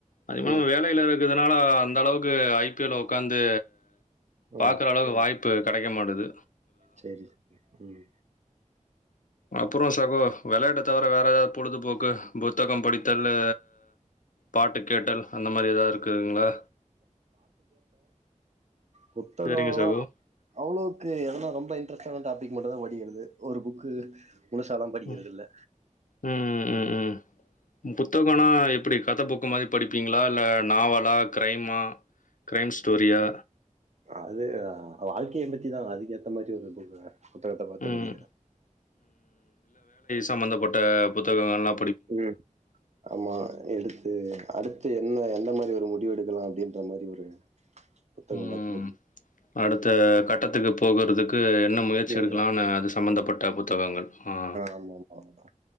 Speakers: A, on the left; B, on the right.
A: அதிகமா
B: ம்
A: வேலைல இருக்க னால அந்த அளவுக்கு ஐ பி எல் உட்காந்து பாக்கற
B: ம்
A: அளவுக்கு வாய்ப் பு கிடைக்க மாட்டது
B: சரி உம்
A: அப்புறம் சகோ விளையாட்ட தவிர வேற ஏதாவது பொழுதுபோக்கு புத்தக படித்தல்ல பாட்டு கேட்டல் அந்த மாரி ஏதாவது இருக்குதுங்களா
B: புத்தகலா
A: சரிங்க சகோ.
B: அவ்ளவுக்கு எனான ரொம் ப இன்ட்ரெஸ்டான டாபிக் மட்டு தா படிக்கறது ஒரு புக் முழுசாலா படிக்கறதுல்ல
A: ம். ம், ம், ம். புத்தகம்னா எப்படி கத புக் மாரி படிப் படிப்பீங்களா இல்ல நாவலா கிரைமா க்ரைம் ஸ்டோரியா
B: அது வாழ்க்கைய பத்திதா அதுக்கு ஏத்த மாரி ஒரு புக் புத்தகத்த பாத்து
A: ம்.
B: படிக்கிற
A: சம்பந்தப்பட்ட புத்தகங்கலா
B: ம் ஆமா எடுத் து அடுத்து என்ன என்ன மாரி ஒரு முடிவெடுக்கலா அப்டின்ற மாரி ஒரு புத்தகம்
A: ம்
B: பாத்து படி
A: அடுத்த கட்டத்துக்கு போகறதுக்கு என்ன முயற்சி
B: என்னடா
A: எடுக்கலானு அது சம்பந்தப்பட்ட புத்தகங்கள் ஆ
B: ஆமா ஆமா